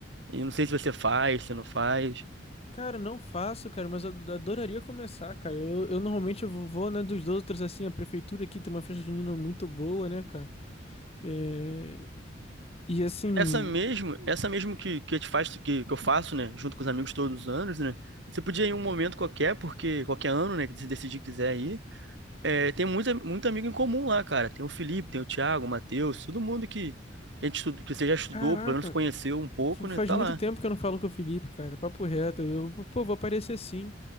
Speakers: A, on the right; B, on the left.
A: E não sei se você faz, se não faz.
B: Cara, não faço, cara, mas eu ad- adoraria começar, cara. Eu, eu normalmente eu vou, vou, né, dos outros, assim, a prefeitura aqui tem uma festa junina muito boa, né, cara? É, E assim,
A: Essa mesmo, essa mesmo que, que, te faz, que, que eu faço, né, junto com os amigos todos os anos, né, você podia ir em um momento qualquer, porque qualquer ano, né, que você decidir que quiser ir, é, tem muita, muito amigo em comum lá, cara, tem o Felipe, tem o Thiago, o Matheus, todo mundo que, que a gente estudo- que você já estudou,
B: caraca.
A: pelo menos conheceu um pouco,
B: F-
A: né,
B: Faz
A: tá
B: muito
A: lá.
B: tempo que eu não falo com o Felipe, cara. Papo reto. Eu, pô, vou aparecer sim.